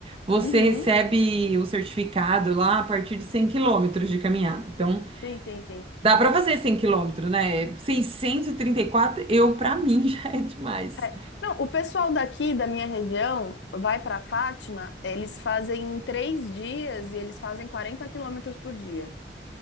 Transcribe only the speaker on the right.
Você
recebe o certificado lá a partir de 100 quilômetros de caminhada. Então,
Dá pra fazer 100 quilômetros, né? Seiscentos e e trinta e quatro, eu, pra mim, <laughs> já é demais.